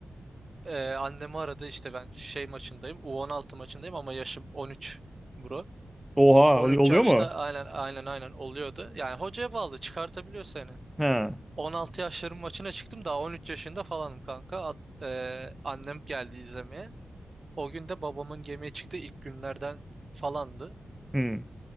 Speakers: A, on the right (about 45°); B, in the centre.
A: eee, annemi aradı işte ben şey maçındayım. U16 maçındayım ama yaşım 13 bro.
B: Oha
A: 13
B: ol- oluyor
A: yaşta
B: mu?
A: aynen aynen aynen oluyordu. Yani hocaya bağlı çıkartabiliyor seni.
B: He.
A: 16 yaşların maçına çıktım daha 13 yaşında falanım kanka. Ad- eee, annem geldi izlemeye. O gün de babamın gemiye çıktığı ilk günlerden falandı.
B: Hmm.